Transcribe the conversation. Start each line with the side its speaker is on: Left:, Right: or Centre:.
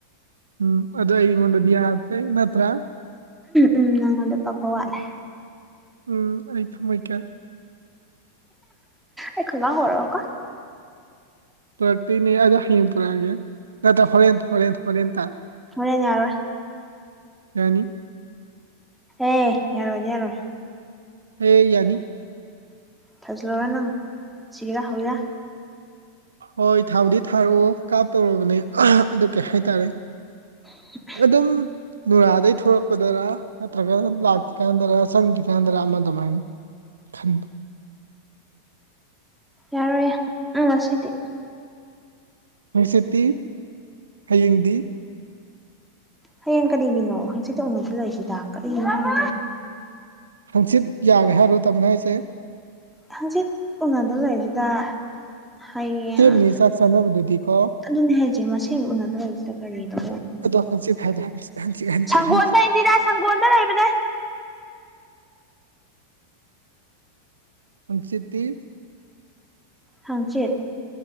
Right: ꯎꯝ ꯑꯗ ꯑꯩꯉꯣꯟꯗꯤ ꯌꯥꯗ꯭ꯔꯦ ꯅꯠꯇ꯭ꯔ
Centre: ꯎꯝ ꯅꯪꯉꯣꯟꯗ ꯄꯛꯄ ꯋꯥꯠꯂꯦ
Right: ꯎꯝ ꯑꯩ ꯊꯝꯃꯩꯀꯦ
Centre: ꯑꯦ ꯈ ꯉ ꯍꯔꯣ ꯀꯣ
Right: ꯄꯨꯔꯛꯇꯣꯏꯅꯦ ꯑꯗꯣ ꯍꯌꯦꯡ ꯄꯨꯔꯛꯑꯒꯦ ꯅꯠꯇ꯭ꯔ ꯍꯣꯔꯦꯟ ꯍꯣꯔꯦꯟ ꯍꯣꯔꯦꯟ ꯇꯥ
Centre: ꯍꯣꯔꯅꯦ ꯌꯥꯔꯣꯏ
Right: ꯌꯥꯅꯤ
Centre: ꯑꯦ ꯌꯥꯔꯣꯏꯗꯤ ꯌꯥꯔꯣꯏ
Right: ꯍꯦ ꯌꯥꯅꯤ
Centre: ꯊꯥꯖꯜꯂꯔ ꯅꯪ ꯁꯤꯒꯦꯔꯥ ꯍꯧꯕꯤꯔꯥ
Right: ꯍꯣꯏ ꯊꯥꯎꯗꯤ ꯊꯥꯔꯛꯑꯣ ꯀꯥꯞꯇꯧꯔꯕꯅꯦ ꯑꯗꯨ ꯀꯩ ꯍꯥꯏꯇꯥꯔꯦ
Centre: ꯎ
Right: ꯑꯗꯨꯝ ꯅꯨꯔꯥꯗꯩ ꯊꯣꯛꯂꯛꯄꯗꯔꯥ ꯅꯠꯇ꯭ꯔꯒꯅ ꯂꯥꯛꯇ꯭ꯔꯤꯀꯥꯟꯗꯔ ꯆꯪꯗ꯭ꯔꯤꯀꯥꯟꯗꯔ ꯑꯃ ꯑꯗꯨꯃꯥꯏꯅ ꯈꯟ
Centre: ꯌꯥꯔꯣꯏꯌꯦꯦ ꯎꯝ ꯉꯁꯤꯗꯤ
Right: ꯅꯨꯡꯁꯤꯠꯇꯤ ꯍꯌꯦꯡꯗꯤ
Centre: ꯍꯌꯦꯡ ꯀꯔꯤꯒꯤꯅꯣ ꯍꯪꯆꯤꯠꯇ ꯎꯅꯗ ꯂꯩꯔꯤꯁꯤꯗ ꯀꯔꯤꯅꯣꯗꯣ
Right: ꯍꯪꯆꯤꯠ ꯌꯥꯔꯦ ꯍꯥꯏꯔꯣ ꯇꯕꯅ ꯑꯩꯁꯦ
Centre: ꯍꯪꯆꯤꯠ ꯎꯅꯗ ꯂꯩꯔꯤꯁꯤꯗ ꯍꯌꯦꯡ
Right: ꯃꯅꯤ ꯆꯥꯛ ꯆꯥꯅꯕꯗꯗꯤ ꯀꯣ
Centre: ꯑꯗꯨꯅꯦ ꯍꯥꯏꯁꯦ ꯃꯁ ꯎꯅꯗ꯭ꯔꯖꯤꯗ ꯀꯔꯤꯪꯒꯣ
Right: ꯑꯗꯣ ꯍꯪꯆꯤꯠ ꯍꯥꯏꯕ ꯍꯪꯆꯤꯠ ꯍꯪꯆꯤꯠ
Centre: ꯁꯪꯒꯣꯜꯗ
Right: ꯍꯪꯆꯤꯠ
Centre: ꯂꯩꯕꯅꯦ
Right: ꯄꯪꯁꯤꯇꯤꯁ
Centre: ꯍꯪꯆꯦꯠ